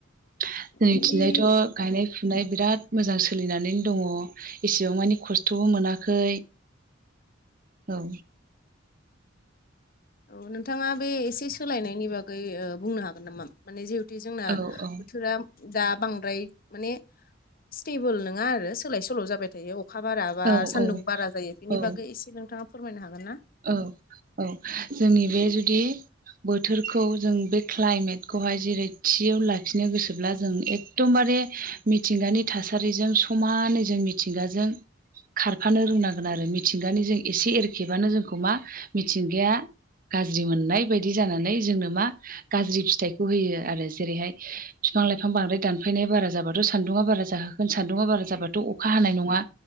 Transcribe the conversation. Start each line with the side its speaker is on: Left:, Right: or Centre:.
Right: जोंथिंजायथ'
Left: बिदि
Right: गायनाय फुनाय बिराद मोजां सोलिनानै दङ। एसेबां मानिे खस्थ'बो मोनाखै औ
Left: औ नोंथाङा बे एसे सोलायनायनि बागै ओ बुंनो हागोन नामा माने जिहेथ थि जोंना
Right: औ औ
Left: बोथोरा दा बांद्राय माने स्टेबोल नङा आरो सोलाय सोल' जाबाय थायो। अ अखा बारा बा
Right: औ
Left: सान्दुं
Right: औ
Left: बारा जायो बेनि
Right: औ
Left: बागै एसे नोंथाङा फोरमायनो हागोन ना?
Right: औ औ जोंनि बे जुदि बोथोरखौ जों बे क्लाइमेटखौहाय जेरै थियाव लाखिनो गोसोब्ला जों एक दमबारे मिथिंगानि थासारिजों समानै जों मिथिंगाजों खारफानो रोंनांगोन आरो मिथिंगानि जों एसे एरखेबानो जोंखौ मा मिथिंगाया गाज्रि मोननाय बायदि जानानै जोंनो मा गाज्रि फिथाइखौ होयो आरो जेरैहाय बिफां लाइफां बांद्राय दानफायनाया बारा जाबाथ' सान्दुङा बारा जाहोख गोन सानदुङा बारा जाबाथ' अखा हानाय नङा